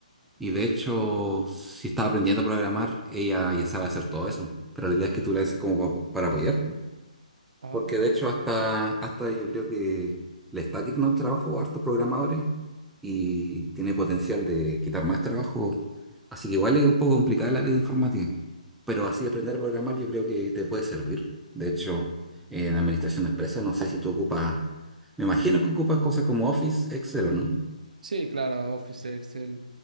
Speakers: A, in the centre; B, on the right.
A: Y de hecho, si estás aprendiendo a programar, ella ya sabe hacer todo eso. Pero la idea es que tú la haces como pa- para apoyarte.
B: ah,
A: Porque de hecho hasta, hasta yo creo que le está quitando el trabajo a hartos programadores y tiene potencial de quitar más trabajo. Así que igual es un poco complicada el área de informática. Pero así aprender a programar yo creo que te puede servir. De hecho, en administración de empresas no sé si tú ocupas, me imagino que ocupas cosas como Office, Excel o no.
B: sí, claro, Office, Excel,